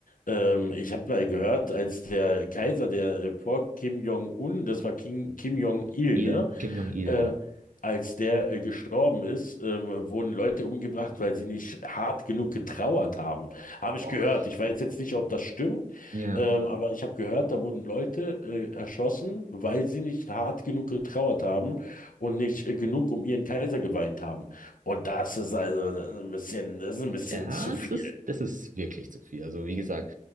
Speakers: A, on the left; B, on the right.
A: Ähm, ich habe mal gehört, als der Kaiser, der äh, vor Kim Jong-un, das war Kim, Kim Jong-il,
B: Il,
A: ne?
B: Kim Jong-il,
A: Äh,
B: ja.
A: als der äh, gestorben ist, ähm, wurden Leute umgebracht, weil sie nicht hart genug getrauert haben. Habe ich
B: Boah.
A: gehört. Ich weiß jetzt nicht, ob das stimmt,
B: Ja.
A: ähm, aber ich habe gehört, da wurden Leute äh, erschossen, weil sie nicht hart genug getrauert haben und nicht äh, genug um ihren Kaiser geweint haben. Und das ist also ein bisschen, das ist ein bisschen
B: Ja,
A: zu viel.
B: das ist, das ist wirklich zu viel. Also, wie gesagt,